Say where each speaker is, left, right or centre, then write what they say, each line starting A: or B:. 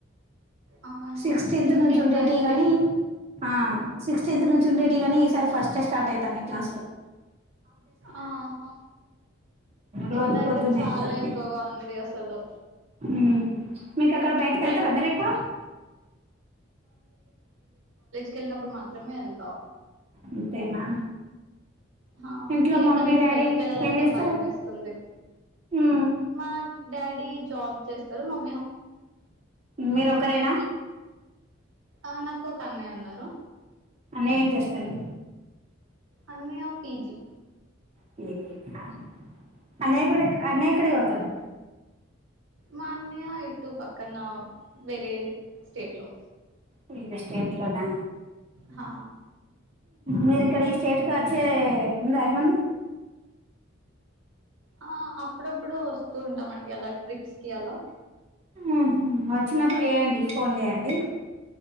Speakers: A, on the right; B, on the right.
A: అవునా
B: సిక్స్టీన్త్
A: ఈ
B: నుంచి
A: ఎండ
B: ఉండేటియి
A: అయితే
B: గని ఆ సిక్స్టీన్త్ నుంచి ఉండేటియి గనీ ఈసారి ఫస్ట్ స్టార్ట్ అయి తానై క్లాస్లో
A: ఆహా
B: రోజు
A: ఎండ అయితే
B: పొద్దున్న
A: చాలా
B: వెళ్తారు
A: ఎక్కువగా ఉంది అసలు
B: ఉ మీకు అక్కడ బయటకి కేళ్తారా
A: బయటికి
B: మీరు ఎక్కువ
A: కేళ్ళినప్పుడు మాత్రమే ఎళ్తా
B: అంతేనా
A: ఆ
B: ఇంట్లో
A: ఈ ఎండలకి
B: మమ్మీ డాడీ
A: బయటికి వెళ్ళాలంటే
B: ఏం చేస్తారు
A: భయంమేస్తుంది
B: మ్మ్
A: మా డాడీ జాబ్ చేస్తారు మమ్
B: మీరొక్కరేనా
A: ఆ నాకు ఒక అన్నయ్య ఉన్నారు
B: అన్నయ ఏం చేస్తాడు
A: అన్నయా పిజి
B: <unintelligible> అన్నయ కూడా అన్నయ్య ఇక్కడే చదు తడు
A: మా అన్నయ్య ఇటు పక్కన వేరే స్టేట్ లో
B: వేరే స్టేట్ లో నా
A: హ
B: మీరు ఇక్కడ ఈ స్టేట్ అచ్చేది ఉందా ఏమన్నా
A: ఆ అప్పుడప్పుడు వస్తూ ఉంటామండి అలా ట్రిప్స్ కి అలా
B: ఆహ వచ్చినప్పుడు చేయండి ఫోన్ చేయండి